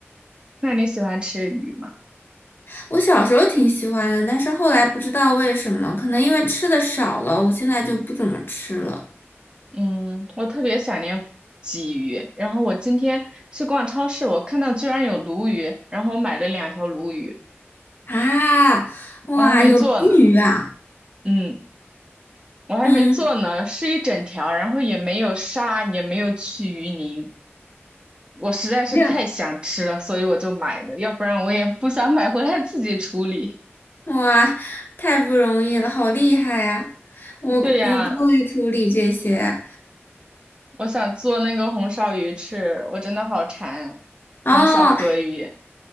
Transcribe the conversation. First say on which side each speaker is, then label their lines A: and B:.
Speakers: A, on the right; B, on the left.
A: 那你喜欢吃鱼吗？
B: 我小时候挺喜欢的，但是后来不知道为什么，可能因为吃的少了，我现在就不怎么吃了。
A: 嗯，我特别想念鲫鱼。然后我今天去逛超市，我看到居然有鲈鱼，然后我买了两条鲈鱼，
B: 啊，哇，
A: 我还没做呢。
B: 有鲈鱼啊！
A: 嗯，我还没做呢，
B: 嗯，
A: 是一整条，然后也没有杀，也没有去鱼鳞。我实在是太想吃了，
B: 没有，
A: 所以我就买了，要不然我也不想买回来自己处理。
B: 哇，太不容易了，好厉害呀、我我不会处理这些。
A: 对呀，我想做那个红烧鱼吃，我真的好馋
B: 哦，
A: 红烧河鱼。